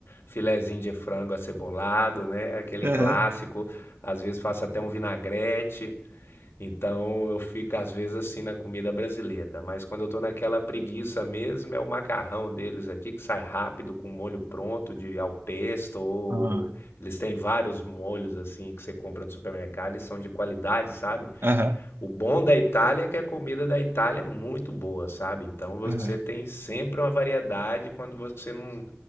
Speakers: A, on the left; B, on the right.
A: filezinho de frango acebolado, né? Aquele
B: Aham.
A: clássico. Às vezes faço até um vinagrete. Então eu fico às vezes assim na comida brasileira, mas quando eu tô naquela preguiça mesmo, é o macarrão deles aqui que sai rápido com molho pronto de al pesto ou
B: Ah,
A: eles têm vários molhos assim que você compra no supermercado e são de qualidade, sabe?
B: Aham.
A: O bom da Itália é que a comida da Itália é muito boa, sabe? Então você
B: Aham.
A: tem sempre uma variedade quando você não,